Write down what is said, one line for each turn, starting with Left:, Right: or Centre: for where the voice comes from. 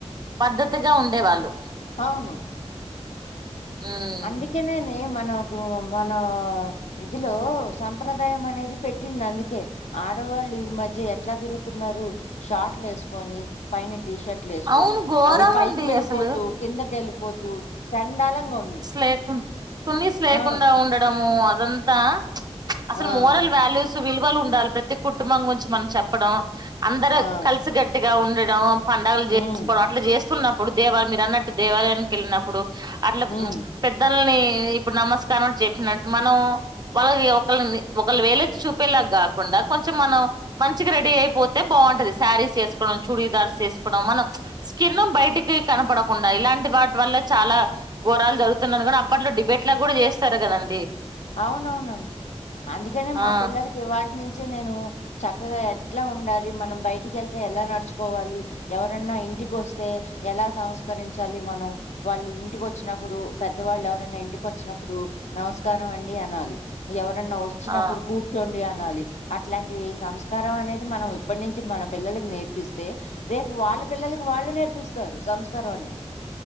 Right: పద్ధతిగా ఉండేవాళ్ళు
Left: అవును
Right: ఉమ్,
Left: అందుకే నేనే మ మనకు మన ఇదిలో సంప్రదాయం అనేది పెట్టింది. అందుకే ఆడవాళ్ళు ఈ మధ్య ఎట్లా తిరుగుతున్నారు షాట్లు వేసుకొని పైన టీ షర్ట్లు వేసుకొని
Right: అవును ఘోరం
Left: అవి పైకి
Right: అండి
Left: వెళ్ళిపోతూ,
Right: అసలు
Left: కిందకి వెళ్ళిపోతుూ చండాలంగా ఉంది.
Right: లేకు సునీస్ లేకుండా
Left: ఆ!
Right: ఉండడము అదంతా చ్ చ్ అసలు
Left: ఆ!
Right: మోరల్ వాల్యూస్ విలువలు ఉండాలి ప్రతి కుటుంబం గురించి మనం చెప్పడం అందరు
Left: ఆ!
Right: కల్సు గట్టిగా గా ఉండడం పండ్ చేసుకోవడం
Left: హ్మ్.
Right: అట్లా చేస్తున్నా ఇప్పుడు దేవాలయం మీరు అన్నట్టు దేవాలయానికి వెళ్ళినప్పుడు. అట్లా
Left: హ్మ్.
Right: పెద్ద ఇప్పుడు నమస్కారం చెప్పినట్టు మనం వాళ్ళకి ఒకళని ఒకలు వేలెత్తి చూపేలా గాకుండా కొంచెం మనం మంచిగా రెడీ అయిపోతే బావుంటది శారీస్ వేసుకోవడం, చూడీదార్స్ వే మనం స్కిన్ బయటికి కనపడకుండా ఇలాంటి వాటి వల్ల చాలా ఘోరాలు జరుగుతున్నా కూడా అప్పట్లో డిబేట్ లా కూడా చేస్తారు కదండి.
Left: అవునవునండి అందుకనే మా
Right: ఆ
Left: పిల్లలకి ఇవాళ్టి నుంచి నేను చక్కగా ఎట్లా ఉండాలి, మనం బయటికి వెళ్తే ఎలా నడుచుకోవాలి. ఎవరన్నా ఇంటికి వస్తే ఎలా సంస్కరించాలి. మనం వాళ్ళు ఇంటికి వచ్చినప్పుడు పెద్దవాళ్ళు ఎవరన్నా ఇంటికి వచ్చినప్పుడు నమస్ కారం అండి అనాలి ఎవ ఎవరైనా వచ్చినప్పుడు
Right: ఆ
Left: కూర్చోండి అనాలి. అట్లాంటివి సంస్కారం అనేది మనం ఇప్పటి నుంచి మన పిల్లలకి నేర్పి పిస్తే రేపు వాళ్ళ పిల్లలకి వాళ్ళు నేర్పిస్తారు సంస్కారం అనేది